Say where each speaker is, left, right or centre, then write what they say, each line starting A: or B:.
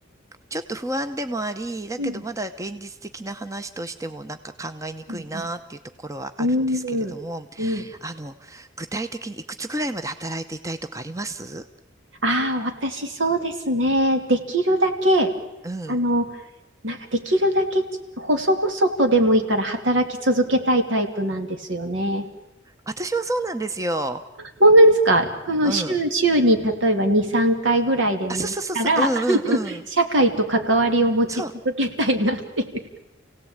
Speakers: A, on the right (about 15°); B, on the right (about 75°).
A: ちょっと不安でもあり、だけどまだ現実的な話としてもなんか考えにくいなっていうところはあるんですけれども、
B: うん。うん。うん。うん。
A: あの、具体的にいくつぐらいまで働いていたいとかあります
B: ああ、私そうですね。できるだけ、
A: うん。
B: あの、なんかできるだけち細々とでもいいから働き続けたいタイプなんですよね。
A: 私もそうなんですよ。
B: 本当ですかこの週、
A: うん。
B: 週に例えば2、3回ぐらいでもいいから、
A: あ、そうそうそうそう。うんうんうん。
B: 社会と関わりを持ち続けたいなっていう。
A: そう。